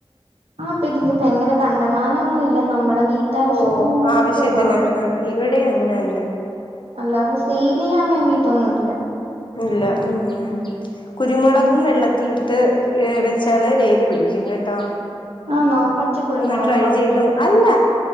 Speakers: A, on the right; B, on the left.
A: ആഹ് പിടിക്കും ഭയങ്കര കണ്ടമാനം ഒന്നും ഇല്ല നമ്മടെ വീട്ടാവശ്യത്തിന്
B: ഓ
A: വേണ്ടിട്ട്
B: ആവശ്യത്തിന്
A: ഉള്ളത്
B: ഇവിടെ അങ്ങനെ തന്നെ
A: അല്ലാതെ സെ ചെയ്യാൻ വേണ്ടിയിട്ടൊന്നുല്ല
B: ഇല്ല ഉം കുരുമുളകും വെള്ളത്തിലിട്ട് വെച്ചാലേ വേര് പിടിക്കും കേ ട്ടോ
A: ആന്നോ പച്ചക്കുരുമുളകോ
B: ഒന്ന് ട്രൈ ചെയ്തു അല്ല